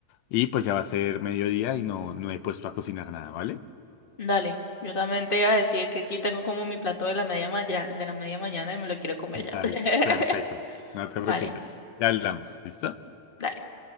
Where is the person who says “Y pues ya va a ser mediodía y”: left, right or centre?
Left